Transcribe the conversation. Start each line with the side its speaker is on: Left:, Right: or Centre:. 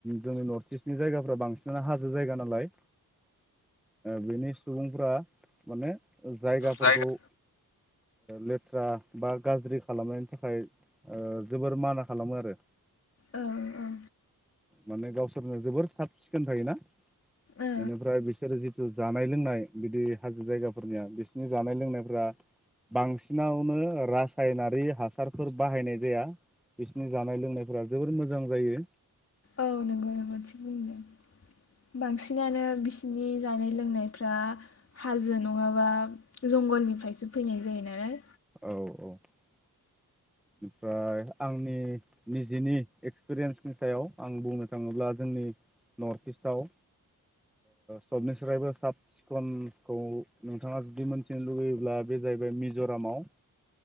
Centre: जोंनि नर्थ इस्टनि जायगाफ्रा बांसिनानो हाजो जायगा नालाय बेनि सुबुंफ्रा माने जायगाफोरखौ
Left: जायगा
Centre: ओ लेथ्रा बा गाज्रि खालामनायनि थाखाय ओ जोबोर माना खालामो आरो
Left: औ ओ औ
Centre: माने गावसोरनो जोबोर साब सिखोन थायोना।
Left: औ
Centre: बेनिफ्राय बिसोरो जि जिथु जानाय लोंनाय बिदि हाजो जायगाफोरनिया बिसनि जानाय लोंनायफ्रा बांसिनावनो राज रासायनारि हासारफोर बाहायनाय जाया बिसिनि जानाय लोंनायफोरा जोबोर मोजां जायो।
Left: औ नंगौ नंगौ थिग बुंदों बांसिनानो बिसिनि जानाय लोंनायफ्रा हाजो नङाबा जंगलनिफ्रायसो फैनाय जायो नालाय
Centre: औ औ ओमफ्राय आंनि निजिनि एक्सपिरियेन्सनि सायाव आं बुंनो थाङोब्ला जोंनि नर्थ इस्टआव सबनि स्रायबो साब सिखनखौ नोंथाङा जुदि मिथिनो लुुबैयोब्ला बे जाहैबाय मिज'रामाव